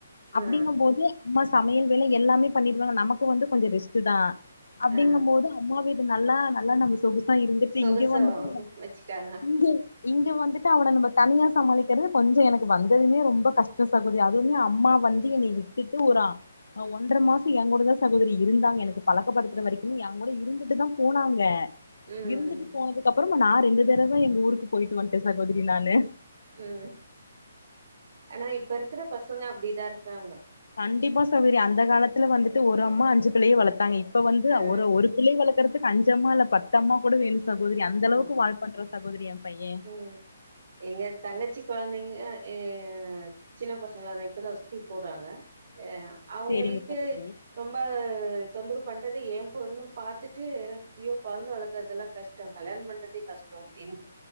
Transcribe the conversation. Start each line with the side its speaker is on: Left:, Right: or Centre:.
Left: அப்படிங்க
Right: ஆ
Left: போது அம்மா சமையல் வேல எல்லாமே பண்ணிடுவாங்க நமக்கு வந்து கொஞ்சோ ரெஸ்ட்டு தா அப்படிங்க
Right: ஆ
Left: போது அம்மா வீடு நல்லா நல்லா நா மிஸ் சொகுசா இருந்துட்டு
Right: சொகுசா
Left: இங்க வந்துட்டு எனக்கு
Right: வச்சுட்டாங்க
Left: இங்கே இங்க வந்துட்டு அவன நம்ம தனியா சமாளிக்கிறது கொஞ்சோ எனக்கு வந்ததுமே ரொம்ப கஷ்டோ ச பொதைய அதுவுமே அம்மா வந்து என்னை விட்டுட்டு ஒரு ஒன்ற மாசோ எங்கூட தா சகோதரி இருந்தாங்க எனக்கு பழக்கப்படுத்துற வரைக்குமே ஏ ஒ கூட இருந்துட்டு தா போனாங்க
Right: ம்
Left: இருந்துட்டு போனதுக்கு அப்றோ நா ரெண்டு தடவ எங்க ஊருக்கு போயிட்டு வந்துட்டே சகோதரி நானு
Right: ம் ஆனா இப்ப இருக்குற பசங்க அப்டி தான் இருக்காங்கோ
Left: கண்டிப்பா சகோதரி அந்த காலத்துல வந்துட்டு ஒரு அம்மா அஞ்சு பிள்ளய வளத்தாங்க இப்ப வந்து
Right: ஆ
Left: ஒரு ஒரு பிள்ளய வளக்கறதுக்கு அஞ்சமால்ல பத் பத்து அம்மா கூட வேணு சகோதரி அந்தளவுக்கு
Right: ம்
Left: வால் பண்றா சகோதரி ஏ பையே
Right: ம் எங்க தங்கச்சி கொழந்தைங்க ஏ சின்ன பசங்களா தா இப்போதா ஸ்கூல் போறாங்க ஏ அவ்ங்களுக்கு
Left: சேரிங்க சகோதரி
Right: ரொம்ப தொந்துருவு பண்றது ஏ பொண்ணு பாத்துட்டு ஐயோ கொழந்த வளக்கறதெல்லாம் கஷ்ட் டோ கல்யாணோ பண்றதே கஷ்டோ அப்டின்